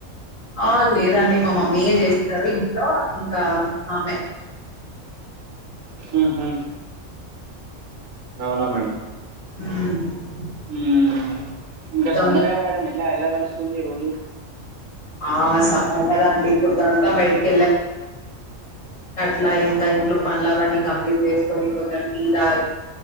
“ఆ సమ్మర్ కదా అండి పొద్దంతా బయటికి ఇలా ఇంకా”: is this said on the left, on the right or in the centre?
Left